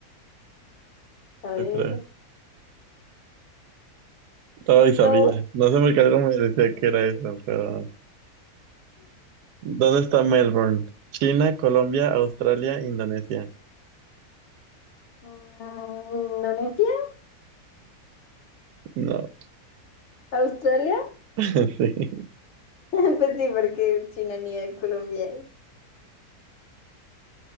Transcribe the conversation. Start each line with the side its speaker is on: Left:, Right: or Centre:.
Left: A ver.
Right: yo creo. Todo y
Left: No.
Right: sabía. No sé por qué algo me decía que era eso, pero... ¿Dónde está Melbourne? China, Colombia, Australia, Indonesia.
Left: mm, ¿Indonesia?
Right: No,
Left: ¿Australia?
Right: <laughs> sí.
Left: <laughs> Pues sí, porque China ni de Colombia.